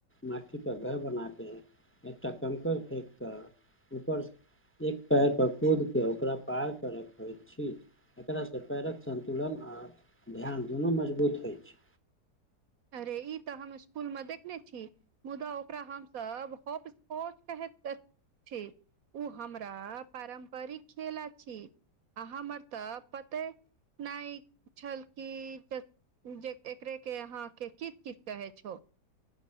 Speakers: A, on the left (about 20°); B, on the right (about 65°).
A: माटीपर घर बना तै एकटा कंकड़ फेेकि कऽ ऊपर स एक पैर पर कूद के ओकरा पार के रहै छैय। एकरा सँ पैरक संन्तुलन आर ध्यान दुनू मजबूत होए छै।
B: अरे ई तऽ हम इसकुलमे देखने छी। मुदा ओकरा हमसब होपस्कौच कहैत अ छी ओ हमरा पारम्परिक खेल अछि। आ हमर तऽ पते। नहि छल की जक जे एकरे के अहाँ। के कित-कीत कहै छौ।